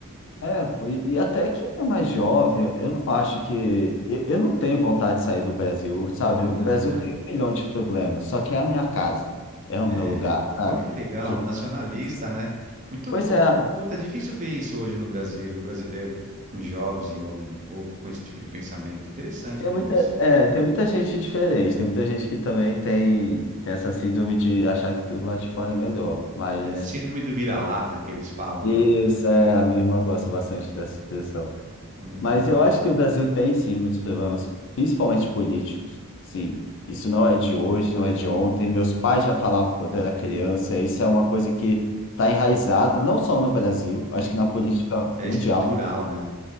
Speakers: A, on the left; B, on the right.
A: É, e, e até quem é mais jovem, eu eu não acho que. Eu, eu não tenho vontade de sair do Brasil, sabe?
B: Não,
A: O Brasil
B: né?
A: tem um milhão de problemas, só que é a minha casa, é o
B: É,
A: meu lugar, sabe?
B: olha que legal,
A: A gente-
B: nacionalista,
A: esses-
B: né? Muito
A: pois
B: bom.
A: é,
B: Puta, é difícil ver isso hoje no Brasil, no brasileiro, nos jovens ou, ou com esse tipo de pensamento. Interessante,
A: tem
B: Vinícius.
A: muita, é, tem muita gente diferente, tem muita gente que também tem, tem essa síndrome de achar que tudo lá de fora é melhor, mas.
B: É, síndrome do vira-lata né, que eles falam,
A: Isso,
B: né?
A: é, a minha irmã gosta bastante dessa expressão.
B: Muito
A: Mas
B: bem.
A: eu acho que o Brasil tem sim muitos problemas, principalmente políticos. Sim, isso não é de hoje, não é de ontem. Meus pais já falavam quando era criança. Isso é uma coisa que está enraizada, não só no Brasil, acho que na política
B: É
A: mundial.
B: estrutural, né?